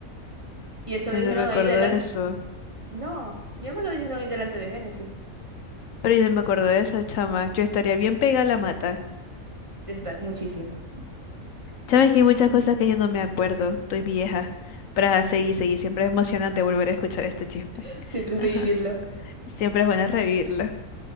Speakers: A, on the right; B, on the left.
A: Y eso
B: yo
A: lo dijeron
B: no me acuerdo
A: ahí delante
B: de eso.
A: No, ya me lo dijeron hoy delante de Génesis.
B: Pero yo no me acuerdo de eso, chama. Yo estaría bien pegada a la mata.
A: Está muchísimo.
B: Sabes que hay muchas cosas que yo no me acuerdo. Estoy vieja. Pero ajá, seguí, seguí. Siempre es emocionante volver a escuchar este chisme.
A: <laughs> Siempre
B: <laughs> Ajá.
A: es revivirlo.
B: Siempre es bueno revivirlo.